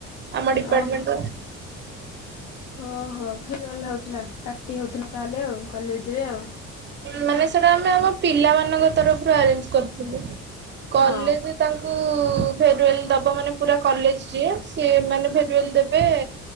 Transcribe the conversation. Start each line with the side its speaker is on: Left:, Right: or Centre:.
Right: ଆମର ଡିପାର୍ଟମେଣ୍ଟର
Left: ଓହୋ। ଓହୋ ଫେରୱଲ ହଉଥିଲା ପାର୍ଟି ହଉଥିଲା ତାହେଲେ ଆଉ କଲେଜରେ ଆଉ
Right: ମାନେ ସେଟା ଆମେ ଆମ ପିଲାମାନଙ୍କ ତରଫରୁ ଆରେଞ୍ଜ କରିଥିଲୁ। କଲେଜ
Left: ହଁ।
Right: ତାଙ୍କୁ ଫେରୟୋଲ ଦବ ମାନେ ପୁର କଲେଜ ସିଏ ସିଏ ମାନେଫେରୟାଲ ଦେବେ